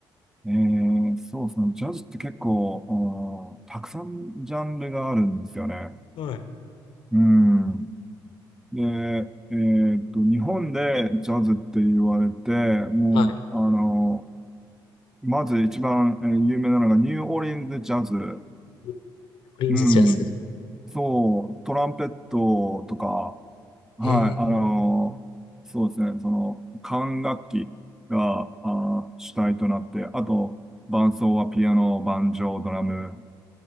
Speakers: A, in the centre; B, on the left.
A: えー、そうですね。ジャズって結構、うんたくさんジャンルがあるんですよね。
B: はい。
A: うん。で、えーっと、日本でジャズって言われて、もう、
B: はい。
A: あの、まず一番、えー有名なのがニューオーリンズジャズ。
B: ニューオリンズジャズ。
A: うん。そう、トランペットとか、はい、
B: ええ
A: あの、そうですね、その、管楽器が、あー、主体となって、あと、伴奏はピアノ、バンジョ o ドラム。